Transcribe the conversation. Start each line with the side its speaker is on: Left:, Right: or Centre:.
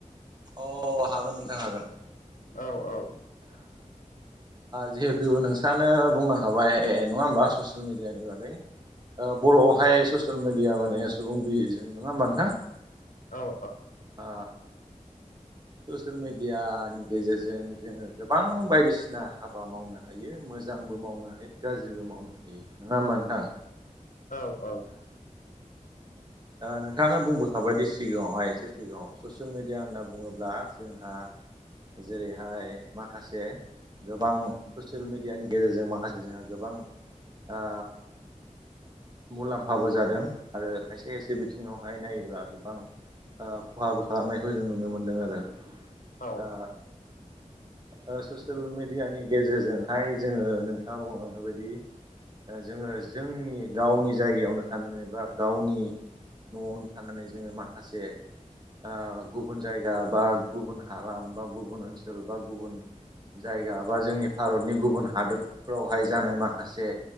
Right: अ हागोन नोंथां हागोन।
Left: औ औ
Right: जिहेथु नोंस्रानो बुंनो हाबाय नङा होमबा ससियेल मिडियानि बागै ओ बर'आवहाय ससियेल मिडिया माने सुबुं बिजों नङा होमबा नोंथां?
Left: औ औ
Right: ओ ससियेल मिडियानि गेजेरजों जोङो गोबां बायदिसिना हाबा मावनो हायो मोजांबो मावनो हायो गाज्रिबो मावनो हायो नङा होमबा नोंथां?
Left: औ औ
Right: ओ नोंथाङा बुंबोखाबायदि सिगाङावहाय एसे सिगाङाव ससियेल मिडिया होनना बुङोब्ला जोंहा जेरैहाय माखासे गोबां ससियेल मेडियानि गेजेरजों माखासे जोंहा गोबां ओ मुलाम्फाबो जादों आरो खायसे खायसे बिथिङावहाय नायोब्ला गोबां ओ खहाबो खालामनायखौ जों नुनो मोनदों आरो
Left: औ
Right: ओ ओ ससियेल मेडियानि गेजेरजोंहाय जोङो नोंथाङा बुंलांनाय बायदि ओ जोङो जोंनि गावनि जायगायावनो थानानै बा गावनि न'आवनो थानानै जोङो माखासे ओ गुबुन जायगा बा गुबुन हालाम बा गुबुन ओनसोल बा गुबुन जायगा बा जोंनि भारतनि गुबुन हादोरफ्रावहाय जानाय माखासे